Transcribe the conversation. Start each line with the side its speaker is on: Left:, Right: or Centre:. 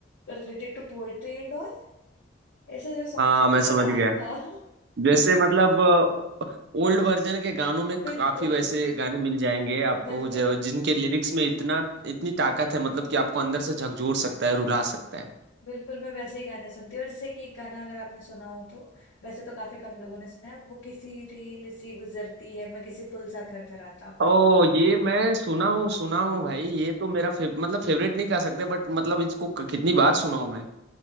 Left: related to poetry and all ऐसे जो सॉन्ग्स
Right: हाँ
Left: होते
Right: मैं समझ
Left: हैं ना
Right: गया
Left: हाँ
Right: जैसे मतलब ओल्ड वर्जन के गानों में
Left: बिल्कुल
Right: काफी वैसे गाने मिल जाएंगे आपको
Left: बिल्कुल
Right: जो जिनके लिरिक्स में इतना इतनी ताकत है मतलब कि आपको अंदर से झकझोर सकता है रुला सकता है
Left: बिल्कुल मैं वैसे ही गाने सुनती हूँ और जैसे कि एक गाना अगर आपने सुना हो तो वैसे तो काफी कम लोगों ने सुना है वो किसी रील सी गुजरती है मैं किसी पुल सा थरथराता हूँ
Right: ओ ये मैं सुना हूँ सुना हूँ भाई ये तो मेरा फेव, मतलब फेवरेट नहीं कह सकते बट मतलब इसको क- कितनी बार सुना हूँ मैं